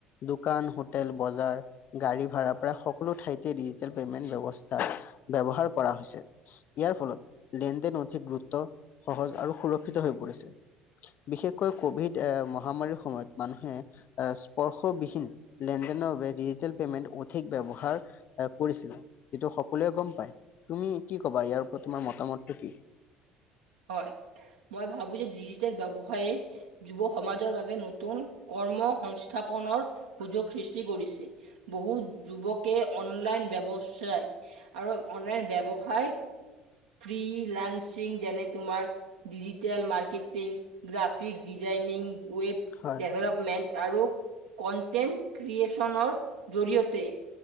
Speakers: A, on the left; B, on the right.
A: দোকান, হোটেল, বজাৰ। গাড়ী ভাড়াৰ প্ৰায় সকলো ঠাইতে ডিজিটেল পেমেন্ট ব্যৱস্থা ব্যৱহাৰ কৰা হৈছে। ইয়াৰ ফলত লেনদেন অধিক গুৰুত্ব, সহজ আৰু সুৰক্ষিত হৈ পৰিছে। বিশেষকৈ কভিড এ মহামাৰীৰ সময়ত মানুহে অ', স্পৰ্শবিহীন লেনদেনৰ বাবে ডিজিটেল পেমেণ্ট অধিক ব্যৱহাৰ এ কৰিছিল যিটো সকলোৱে গম পায়, তুমি কি ক'বা ইয়াৰ ওপৰত তোমাৰ মতামতটো কি?
B: হয়, মই ভাবোঁ যে, ডিজিটেল ব্যৱসায়ে যুৱ সমাজৰ বাবে নতুন কৰ্ম সংস্থাপনৰ সুযোগ সৃষ্টি কৰিছে। বহুত যুৱকে অনলাইন ব্যৱসায় আৰু অনলাইন ব্যৱ সায় ফ্ৰী লাঞ্চিং <unintelligible> তোমাৰ digital marketing, graphic designing. Web
A: হয়,
B: ডেভেলপমেণ্ট। আৰু কনটেণ্ট ক্ৰিয়েচনৰ জৰিয়তে